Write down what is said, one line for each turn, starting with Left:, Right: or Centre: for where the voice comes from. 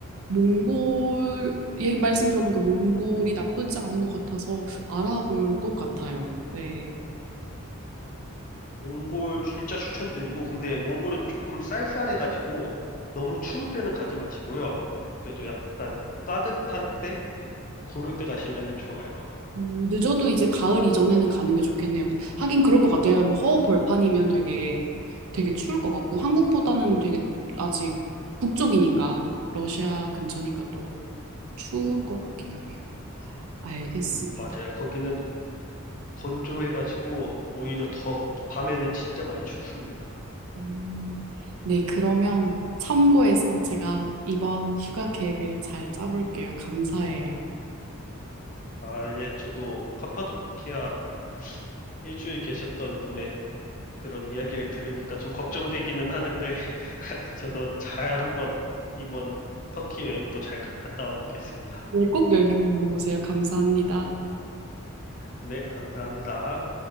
Right: 몽골, 얘 말씀 들어보니까 몽골이 나쁘지 않은 것 같아서 알아볼 것 같아요. 네.
Left: 몽골 진짜 추천드리고 근데 몽골은 조금 쌀쌀해가지고 너무 추울 때는 가지 마시고요. 그래도 약간 따뜻한 때 고를 때 가시면은 좋아요.
Right: 음, 늦어도 이제 가을 이전에는 가는 게 좋겠네요. 하긴 그럴 것 같아요. 뭐 허허벌판이면 되게 되게 추울 것 같고 한국보다는 되게 아직 북쪽이니까 러시아 근처니까 또 추울 것 같긴 하네요. 알겠습니다.
Left: 음, 맞아요. 거기는 건조해가지고 오히려 더 밤에는 진짜 많이 춥습니다.
Right: 음, 네, 그러면 참고해서 제가 이번 휴가 계획을 잘 짜볼게요. 감사해요.
Left: 아, 예, 저도 카파도키아 일주일 계셨던 분의 그런 이야기를 들으니까 좀 걱정되기는 하는데 <laughs> 저도 잘 한번 이번 터키 여행도 잘 갔다 와 보겠습니다.
Right: 네, 꼭 여기 보고 오세요. 감사합니다.
Left: 네, 감사합니다.